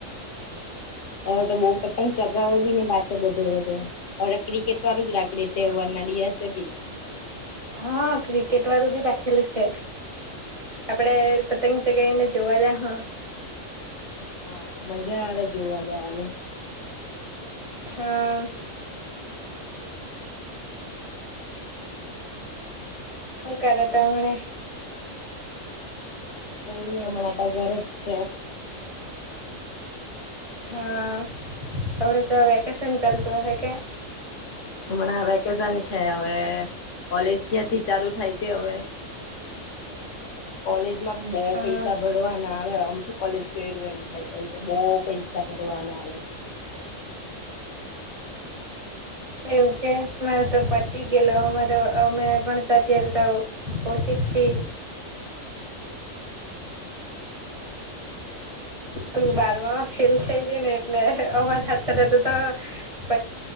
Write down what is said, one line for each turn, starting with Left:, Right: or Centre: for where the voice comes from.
Left: હવે તો બહ પતંગ ચગાવે બી ને પાછ બધે બેવે ક્રિકેટ જ રાખી દે તહેવાર ના દિવસે ભી
Right: હા ક્રિકેટ વાળુ બી રાખેલું છે. આપડે પતંગ ચગાઈને જોવા જ હું
Left: હા મજા આવે જોવા જવાની
Right: હા. હકદતા મણે
Left: એહી હમણાટ ઘર જ છે.
Right: હા આવડે તો વેકેશન ચાલતું હ કે
Left: હમણાં વેકેશન છે હવે કોલેજ ક્યાંથી ચાલુ થાય તે હવે કોલેજ માં બી બહ
Right: હા
Left: પૈસા ભરવા ના આવે. કોલેજ ગય્યું એમ થાય તો તો બહુ પૈસા ભરવાના આવે.
Right: એ એવું કે મારો તો પતી ગેલો અમારો અમે પણ અત્યારે તોષી છે. ત બારમાં ફલ થયેલી એટલે અમર હાથ <inaudible> શ